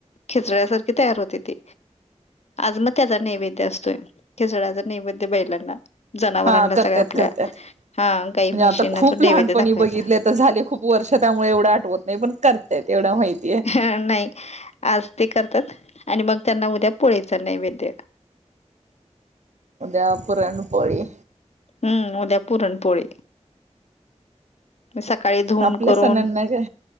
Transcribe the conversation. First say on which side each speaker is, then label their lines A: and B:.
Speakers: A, on the left; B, on the right.
A: खिचड्यासारखे तयार होते ते. आज मग त्याचा नैवेद्य असतोय. खिचडाचा नैवेद्य बैलांना. जनावरांना
B: हा करत्यात
A: सगळ्या आपल्या.
B: करत्यात
A: हा गाई,
B: म्हणजे
A: म्हशींना
B: आता खूप
A: तो नैवेद्य
B: लहानपणी
A: दाखवायचा.
B: बघितले तर झाले खूप वर्ष त्यामुळे एवढं आठवत नाही. पण करतायेत एवढं माहित
A: हा नाही. आज ते करतात आणि मग त्यांना उद्या पोळीचा नैवेद्य.
B: उद्यापुरण पोळी.
A: हम्म, उद्या पुरणपोळी. सकाळी धुन
B: आपल्या
A: करून,
B: सणांना काय